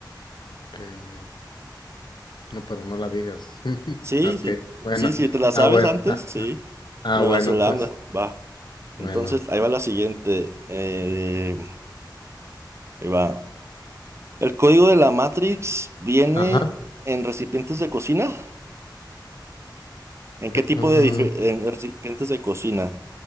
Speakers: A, on the left (about 70°); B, on the right (about 35°).
A: Eh, no, pero no la digas. <laughs>
B: Sí,
A: Ok,
B: sí.
A: bueno,
B: Sí, sí, te la sabes
A: ah, bueno,
B: antes.
A: ah,
B: Sí.
A: ah,
B: Nueva
A: bueno,
B: Zelanda.
A: pues,
B: Va. Entonces,
A: bueno,
B: ahí va la siguiente. Eh, ahí va. ¿El código de la Matrix viene
A: ajá.
B: en recipientes de cocina? ¿En
A: te
B: qué tipo
A: con-
B: de dife- en recipientes de cocina?